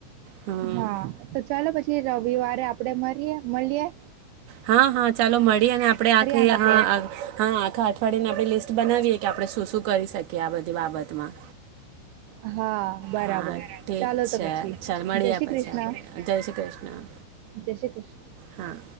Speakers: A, on the right; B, on the right.
A: હમ
B: હા ચાલો પછી રવિવારે આપડે મરીયે મલીએે.
A: હા હા ચાલો મડીએ ને આપડે આખી
B: આના
A: હા
B: પર.
A: આખા અઠવાડિયને આપણે લિસ્ટ બનાવીએ. કે આપણે શું શું કરી શકીએ. આ બધી બાબતમાં
B: હા. બરાબર
A: હા ઠીક
B: ચાલો તો
A: છે.
B: પછી
A: ચાલ મળીએ
B: જય શ્રી
A: પછી
B: કૃષ્ણ
A: આપણે જય શ્રી ક્રિષ્ના
B: જય શ્રી કૃષ્ણ
A: હા.